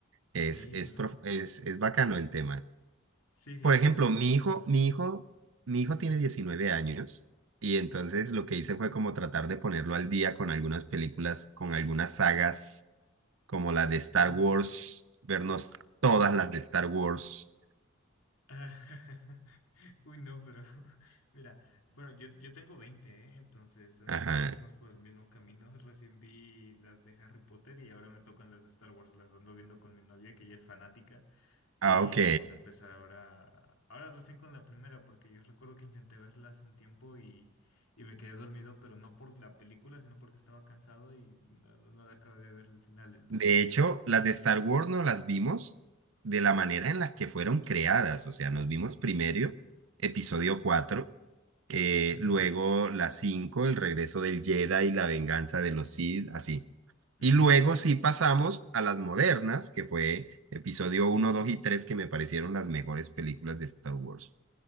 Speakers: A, on the right; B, on the left.
A: Es,
B: Sí,
A: es,
B: ¿no?
A: prof- es, es bacano el tema.
B: Sí, sí,
A: Por
B: no,
A: ejemplo,
B: de-
A: mi
B: debería
A: hijo,
B: verla.
A: mi hijo, mi hijo
B: Ok.
A: tiene 19 años y entonces lo que hice fue como tratar de ponerlo al día con algunas películas, con algunas sagas, como la de Star
B: Mm.
A: Wars, vernos todas las de Star Wars.
B: Ah, <laughs> Uy, no, pero <laughs> mira, bueno, yo, yo tengo 20 ¿eh? Entonces ando
A: Ajá,
B: más o menos por el mismo camino. Recién vi las de Harry Potter y ahora me tocan las de Star Wars. Las ando viendo con mi novia, que ella es fanática. Y
A: Ah, ok.
B: vamos a empezar ahora, ahora recién con la primera, porque yo recuerdo que intenté verlas un tiempo y, y me quedé dormido, pero no por la película, sino porque estaba cansado y no, no la acabé de ver al final. Entonces,
A: De hecho, las de Star Wars no las vimos de la manera en la que fueron creadas. O sea, nos vimos primero episodio 4, eh,
B: ujú,
A: luego la 5, el regreso del Jedi y la venganza de los Sith, así.
B: ujú.
A: Y luego
B: ¿Y
A: sí pasamos a las modernas, que fue episodio uno, 2 y 3 que me parecieron las mejores películas de Star Wars.